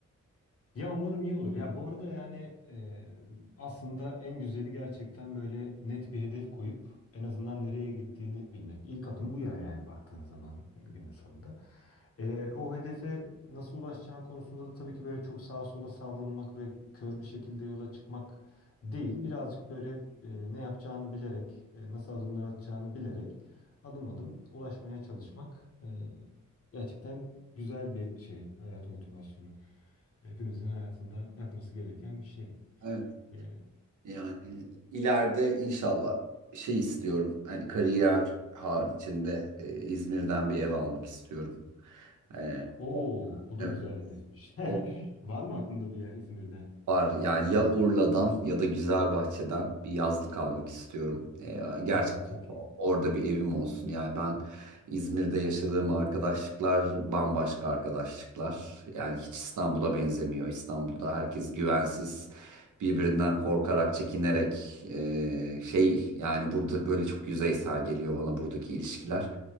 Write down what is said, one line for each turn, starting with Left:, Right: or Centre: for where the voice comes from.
Left: Ya umarım iyi olur. Ya bu arada yani e, aslında en güzeli gerçekten böyle net bir hedef koyup en azından nereye gittiğini bilmek. İlk adım bu ya yani baktığın zaman günün sonunda. E, o hedefe nasıl ulaşacağın konusunda da tabii ki böyle çok sağa sola savrulmak ve kör bir şekilde yola çıkmak değil. Birazcık böyle e, ne yapacağını bilerek, e, nasıl adımlar atacağını bilerek adım adım ulaşmaya çalışmak e, gerçekten güzel bir şey hayat motivasyonu. Hepimizin hayatında yapması gereken bir şey.
Right: <laughs>
Left: Ee,
Right: Yani ileride inşallah şey istiyorum. Hani kariyer haricinde e, İzmir'den bir ev almak istiyorum. E,
Left: oo, o da
Right: evet,
Left: güzel hedefmiş. <laughs>
Right: o
Left: Var mı aklında bir yer İzmir'de?
Right: Var yani ya Urla'dan ya da Güzelbahçe'den bir yazlık almak istiyorum. Ee, gerçekten
Left: Aa çok iyi.
Right: orada bir evim olsun. Yani ben İzmir'de yaşadığım arkadaşlıklar bambaşka arkadaşlıklar. Yani hiç İstanbul'a benzemiyor. İstanbul'da herkes güvensiz, birbirinden korkarak, çekinerek ee, şey yani burada böyle çok yüzeysel geliyor bana buradaki ilişkiler.